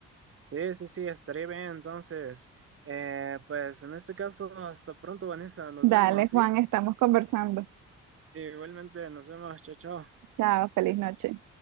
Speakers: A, on the right (about 45°); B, on the right (about 90°).
A: Sí, sí, sí, estaré bien. Entonces, eh, pues en este caso, hasta pronto, Vanessa. Nos
B: Dale,
A: vemos, ¿sí?
B: Juan, estamos conversando.
A: Igualmente, nos vemos. Chao, chao.
B: Chao, feliz noche.